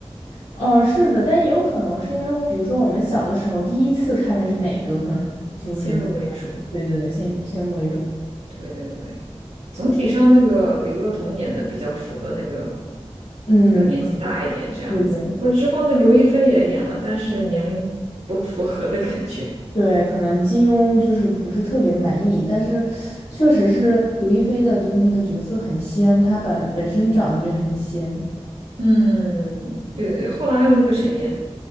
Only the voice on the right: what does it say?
嗯，
先入为主，
对对对。总体上那个李若彤演的比较符合那个
要年纪大一点这样子。
不是之后那刘亦菲也演了，但是年龄不符合的感觉。
<laughs> 嗯，对对对，后来还有那个谁演，